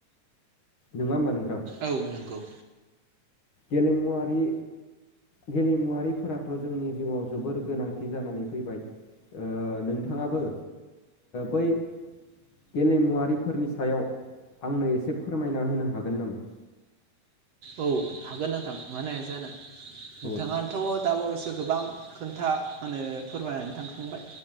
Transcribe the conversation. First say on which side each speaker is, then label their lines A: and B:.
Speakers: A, on the left; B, on the right.
A: नङा होमबा नोंथां?
B: औ नोंगौ।
A: गेलेमुवारि गेलेमुवारिफोराथ' जोंनि जिउआव जोबोर गोनांथि जानानै फैबाय। नोंथाङाबो बै गेलेमुवारिफोरनि सायाव आंनो एसे फोरमायना होनो हागोन नामा?
B: औ हागोन नोंथां मानो हाया जानो। नोंथाङा
A: औ
B: थ' दाबावैसो गोबां खोन्था मा होनो फोरमायनानै थांखांबाय